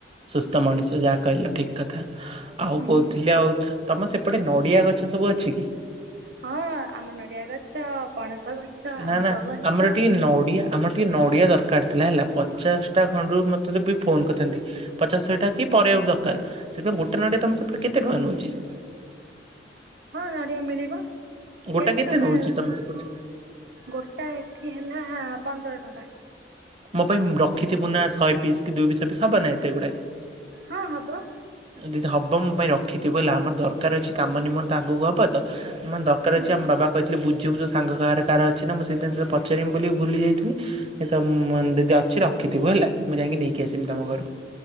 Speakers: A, on the right; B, on the right.
A: ସୁସ୍ଥ ମଣିଷ ଯାହା କହିଲ ଠିକ କଥା। ଆଉ
B: ହୁଁ
A: କୋଉ ଥିଲେ ଆଉ ତମର ସେପଟେ ନଡିଆ ଗଛ ସବୁ ଅଛି କି?
B: ହଁ ଆମ ନଡ଼ିଆ ଗଛ ପଣସ ଗଛ
A: ନା
B: ଆମ୍ବ
A: ନା
B: ଗଛ
A: ଆମର ଏଠି ନଡିଆ ଆମର ଟିକେ ନଡ଼ିଆ ଦରକାର ଥିଲା ହେଲା ପଚାଶଟା ଖଣ୍ଡରୁ ମୋତେ ତିକ ଫୋନ କରିଥାନ୍ତି। ପଚାଶ ଶହେ ଟା କି ପରେ ଆଉ ଦରକାର ସେଥିପାଇଁ ଗୋଟେ ନଡିଆ ତମେ ସେପଟେ କେତେ ଟଙ୍କା ନେଉଛି?
B: ହଁ ନଡ଼ିଆ ମିଳିବ।
A: ଗୋଟା
B: କେତେ ଟଙ୍କା
A: ନଉଛି
B: ଆ
A: ତମେ ସେପଟେ?
B: ଗୋଟା ଏଠି ହେଲା ପନ୍ଦର ଟଙ୍କା।
A: ମୋ ପାଇଁ ରଖିଥିବୁ ନା ଶହେ ପିସ କି ଦୁଇ ବିଶ ପିସ ହବ ନା ଏତେ ଗୁଡା।
B: ହଁ ହବ।
A: ଯଦି ହବ ମୋ ପାଇଁ ରଖିଥିବୁ ହେଲା ଆମର ଦରକାର ଅଛି କାମ ନିମନ୍ତେ ଆଗକୁ ହବ ତ। ମାନେ ଦରକାର
B: ହଁ
A: ଅଛି ଆମ ବାବା କ ବୁଝିବୁ ତ ସାଙ୍ଗ କାର କାହାର ଅଛି ନା ମୁଁ ସେଇଦିନ ତତେ ପଚାରିବି ବୋଲି ଭୁଲି ଯାଇଥିଲି। ସଁ ମ୍ ଯଦି ଅଛି ରଖିଥିବୁ ହେଲା ମୁଁ ଯାଇକି ନେଇକି ଆସିବି ତମ ଘରୁ।